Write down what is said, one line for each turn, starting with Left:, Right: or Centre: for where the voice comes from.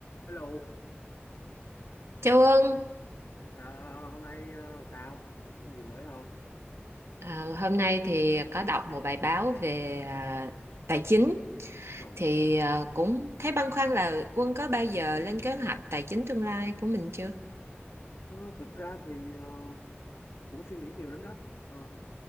Left: Hello,
Right: Châu Ân,
Left: à, hôm nay à, sao? Có gì mới không?
Right: à, hôm nay thì có đọc một bài báo về à, tài chính
Left: Ồ,
Right: thì à, cũng thấy băn khoăn là Quân có bao giờ lên kế hoạch tài chính tương lai của mình chưa?
Left: ờ, Thực ra thì ờ, cũng suy nghĩ nhiều lắm đó. Ờ,